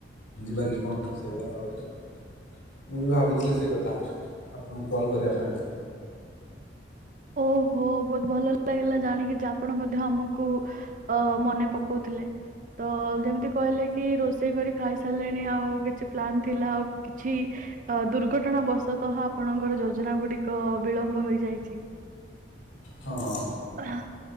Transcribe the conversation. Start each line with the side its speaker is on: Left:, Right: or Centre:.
Left: ଯିବା କି କଣ ସେଭ ଲିଆ ଆଉଥରେ ମୁଁ ବି ଭାବୁଥିଲି ସେ କଥା ଆପଣଙ୍କୁ କଲ୍ କରିବା ପାଇଁ।
Right: ଓହୋ ବହୁତ ଭଲ ଲାଗିଲା ଜାଣିକି ଯେ ଆପଣ ମଧ୍ୟ ଆମକୁ ଅ ମନେ ପକଉଥିଲେ। ତ ଯେମିତି କହିଲେ କି ରୋଷେଇ କରି ଖାଇସାରିଲେଣି ଆଉ କିଛି ପ୍ଲାନ୍ ଥିଲା ଆଉ କିଛି ଅ ଦୁର୍ଘଟଣା ବଶତଃ ଆପଣଙ୍କର ଯୋଜନା ଗୁଡିକ ବିଳମ୍ବ ହୋଇଯାଇଛି।
Left: ହଁ।
Right: ଓ ହା।